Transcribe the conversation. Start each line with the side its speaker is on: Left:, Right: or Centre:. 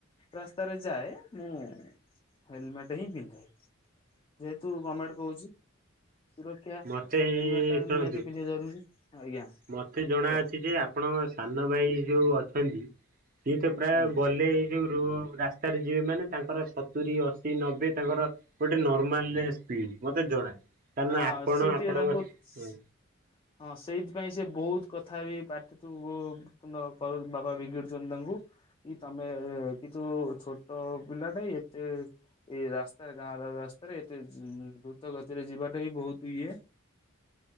Left: ରାସ୍ତାରେ ଯାଏ ମୁଁ ହେଲମେଟ ହିଁ ପିନ୍ଧେ। ଯେହେତୁ ଗମେଣ୍ଟ କହୁଛି। ଆଜ୍ଞା
Right: ମତେ
Left: ହେଲମେଟ୍ ଟା
Right: ଶୁଣନ୍ତୁ
Left: ନିହାତି ପିନ୍ଧିବା ଜରୁରୀ ଆଜ୍ଞା।
Right: ମତେ ଜଣା
Left: କୁହ
Right: ଅଛି ଯେ ଆପଣଙ୍କ ସାନ ଭାଇ ଯୋଉ ଅଛନ୍ତି ସିଏ ତ ପ୍ରାୟ
Left: ହୁଁ
Right: ଗଲେ ଏଇ ଯୋଉ ରୋ ରାସ୍ତାରେ ଯିବେ ମାନେ ତାଙ୍କର ସ ସତୁରି ଅଶୀ ନବେ ତାଙ୍କର ଗୋଟେ ନର୍ମାଲରେ ସ୍ପିଡ ମତେ ଜଣା। କାରଣ
Left: ହଁ
Right: ଆପଣ
Left: ସିଏ ଟିକେ
Right: ଆପଣଙ୍କ
Left: ତାଙ୍କୁ ହଁ ସେଇଥିପାଇଁ ସେ ବହୁତ କଥା ବି ପାଟି ତୁ ତୁଣ୍ଡ କର ବାବା ବିଗିଡୁଛନ୍ତି ତାଙ୍କୁ। କି ତମେ କିନ୍ତୁ ଛୋଟ ପିଲାଟା ଏତେ ଏଇ ରାସ୍ତାରେ ଗାଁ ରାସ୍ତାରେ ଏତେ ଦ୍ରୁତ ଗତିରେ ଯିବାଟା ବି ବହୁତ ଇଏ।